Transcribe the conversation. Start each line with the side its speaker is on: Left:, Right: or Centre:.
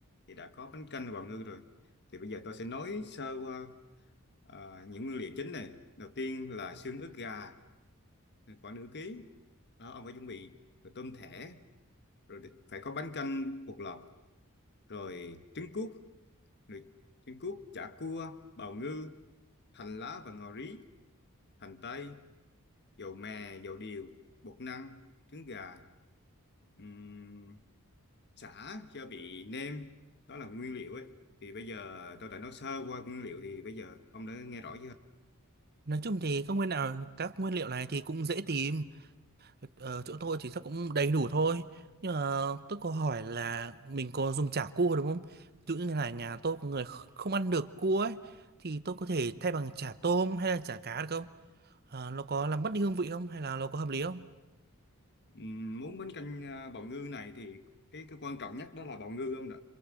Left: thì đã có bánh canh và bào ngư rồi. Thì bây giờ tôi sẽ nói sơ qua À, những nguyên liệu chính này đầu tiên là xương ức gà khoảng nửa ký đó ông phải chuẩn bị rồi tôm thẻ rồi phải có bánh canh bột lọc rồi trứng cút rồi trứng cút chả cua bào ngư hành lá và ngò rí hành tây dầu mè dầu điều bột năng trứng gà ừm, sả gia vị nêm đó là nguyên liệu ấy thì bây giờ tôi đã nói sơ qua nguyên liệu thì bây giờ ông đã nghe rõ chưa
Right: Nói chung thì các nguyên nào các nguyên liệu này thì cũng dễ tìm ở chỗ tôi thì chắc cũng đầy đủ thôi nhưng mà tôi có hỏi là mình có dùng chả cua đúng không ví dụ như là nhà tôi có người kh- không ăn được cua ấy thì tôi có thể thay bằng chả tôm hay là chả cá được không Ờ, nó có làm mất đi hương vị không hay là nó có hợp lý không
Left: Ừm, Muốn bánh canh à, bào ngư này thì cái cái quan trọng nhất đó là bào ngư không ạ?